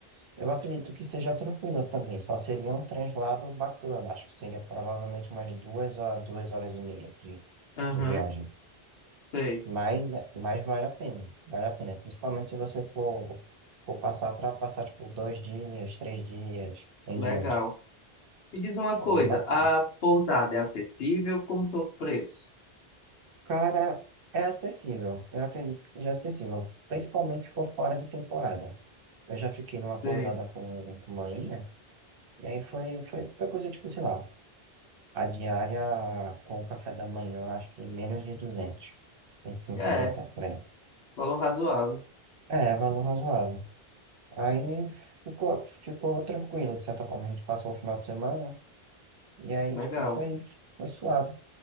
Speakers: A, on the right; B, on the left.
A: Eu acredito que seja tranquila também, só seria um translado bacana. Acho que seria provavelmente umas duas horas, duas horas e meia de,
B: Uhum,
A: de viagem.
B: sei.
A: Mas, mas vale a pena, vale a pena. Principalmente se você for, for passar para passar tipo dois dias, três dias em
B: Legal.
A: diante.
B: Me diz uma
A: É
B: coisa,
A: bem bacana.
B: a pousada é acessível? Como são os preços?
A: Cara, é acessível. Eu acredito que seja acessível, principalmente se for fora de temporada. Eu já fiquei numa pousada
B: Sei.
A: com, com uma inha, e aí foi, foi, foi coisa tipo, sei lá. A diária com o café da manhã, acho que menos de duzentos cento e cinquenta
B: É,
A: por aí.
B: valor razoável.
A: É, valor razoável. Aí ficou, ficou tranquilo, de certa forma. A gente passou o final de semana e aí,
B: Legal.
A: tipo, foi, foi suave.